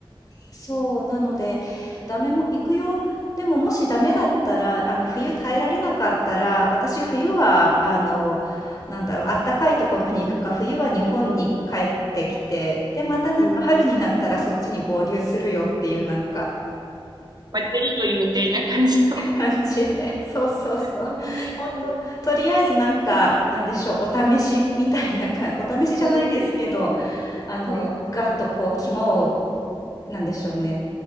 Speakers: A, on the left (about 35°); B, on the right (about 45°).
A: そう、なので、ダメも行くよ。でももしダメだったら、あの、冬耐えられなかったら、私冬は、あの、なんだろう、あったかいところに行くか、冬は日本に帰ってきて、で、またなんか春になったらそっちに合流するよっていうなんか
B: うん。渡りみたいな感じの。
A: 感じで、<laughs> そうそうそう。
B: えー、
A: 本当と、とりあえずなんか、なんでしょう、お試しみたいなか、お試しじゃないですけど、
B: うん、
A: あの、
B: はい、
A: ガッとこう、肝を、なんでしょうね、